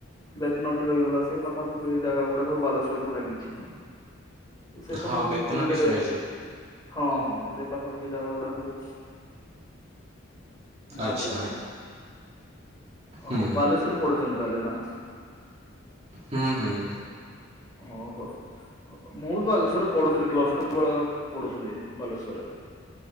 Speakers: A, on the left; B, on the right.
A: ବେତନଟି ରହିଗଲା ସେ ପାଖାପାଖି ଜାଗା ଗୁଡା ସବୁ ବାଲେଶ୍ୱରକୁୁ ଲାଗିଛି। ତୁ ସେଇ
B: ହଁ
A: ପାଖାପାଖି
B: ବେତନଟି
A: କୋଉଟେ
B: ଶୁଣିଛି
A: ହଁ ହଁ ସେ ପାଖାପାଖି ଯାହା ଗୁଡା ସବୁ ନାଁକୁ
B: ଆଚ୍ଛା
A: ଲାଗିଛି।
B: ହୁଁ
A: ଓହୋ ବାଲେଶ୍ୱରରେ ପଢୁଛନ୍ତି ତାହେଲେ ନା।
B: ହୁଁ ହୁଁ।
A: ଓହୋ। ମୁଁ ବି ବାଲେଶ୍ୱରରେ ପଢୁଥିଲି ପ୍ଲସ ଟୁ ଭେ ପଢୁଥିଲି ବାଲେଶ୍ଵରରେ।